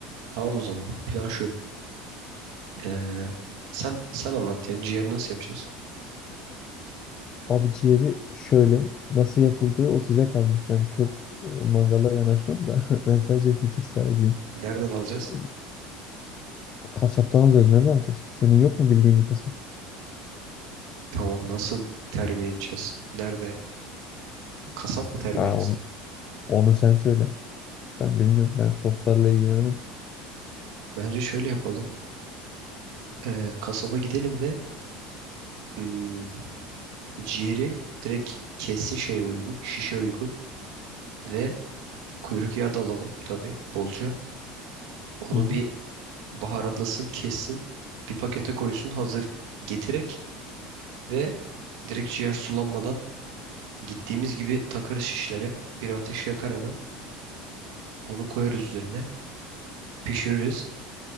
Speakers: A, on the right; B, on the left.
A: Tamam o zaman. Plan şu. Ee, sen sen anlat ya. Ciğeri nasıl yapacağız?
B: Abi ciğeri şöyle nasıl yapıldığı o size kalmış. Ben çok e, mangala yanaşmam da <laughs> ben sadece fikir sahibiyim.
A: Nereden alacağız?
B: E, Kasaptan alacağız. Nereden alacağız? Senin yok mu bildiğin bir kasap?
A: Tamam nasıl terbiye edeceğiz? Nerede? Kasap mı terbiye
B: Ha,
A: etsin?
B: onu, onu sen söyle. Ben bilmiyorum. Ben soslarla ilgilenemem.
A: Bence şöyle yapalım. Ee, kasaba gidelim ve hmm, ciğeri direkt kessin şeye uygun, şişe uygun ve kuyruk yağı da alalım tabii bolca. Onu
B: Hı hı.
A: bir baharatlasın, kessin, bir pakete koysun, hazır getirerek Ve direkt ciğer sulanmadan gittiğimiz gibi takarız şişlere. Bir ateş yakar hemen. Onu koyarız üzerine. Pişiririz.